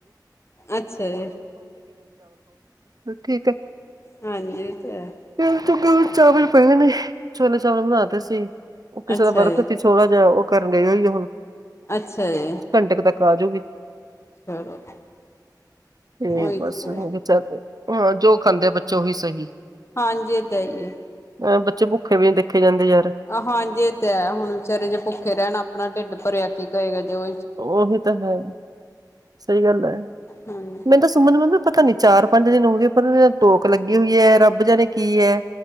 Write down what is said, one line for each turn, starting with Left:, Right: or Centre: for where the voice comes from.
Left: ਅੱਛਾ ਜੀ
Right: ਠੀਕ ਹੈ
Left: ਹਾਂਜੀ ਇਹ ਤੇ ਹੈ
Right: ਫ ਚਗੇ ਚਾਵਲ ਪਏ ਨੇ ੋ ਚਾਵਲ ਬਣਾਦੇ ਸੀ ਉਹ ਕਿਸੇ
Left: ਅੱਛਾ
Right: ਦਾ ਵਰਕ
Left: ਜੀ
Right: ਸੀ ਛੋੜਾ ਜਿਹਾ ਉਹ ਕਰਨ ਗਈ ਹੋਈ ਆ ਹੁਣ
Left: ਅੱਛਾ ਜੀ
Right: ਘੰਟੇ ਤੱਕ ਆਜੂਗੀ
Left: ਚਲੋ
Right: ਠਕ
Left: ਉਹੀ
Right: ਬਸ
Left: ਤੇ
Right: ਚੱਲ ਹਾਂ ਜੋ ਖਾਂਦੇ ਆ ਬੱਚੇ ਉਹੀ ਸਹੀ
Left: ਹਾਂਜੀ ਦਾਂ ਹੀ ਹੈ
Right: ਅ ਬੱਚੇ ਭੁੱਖੇ ਵੀ ਦੇਖੇ ਜਾਂਦੇ ਯਾਰ
Left: ਆ ਹਾਂਜੀ ਤੇ ਹੁਣ ਵਿਚਾਰੇ ਜ ਭੁੱਖੇ ਰਹਿਣ ਆਪਣਾ ਢਿੱਡ ਭਰਿਆ ਕੀ ਕਹੇਗਾ ਜੋ
Right: ਉਹ ਵੀ ਤਾਂ ਹੈ। ਸਹੀ ਗੱਲ ਹੈ।
Left: ਹਾਂਜੀ
Right: ਮੈਨੂੰ ਤਾਂ ਸੁਮਨ ਮੰਮੀ ਪਤਾ ਨੀ ਚਾਰ ਪੰਜ ਦਿਨ ਹੋ ਗਏ ਪਰ ਉਹ ਟੋਕ ਲੱਗੀ ਹੋਈ ਹੈ। ਰਬ ਰੱਬ ਜਾਣੇ ਕੀ ਹੈ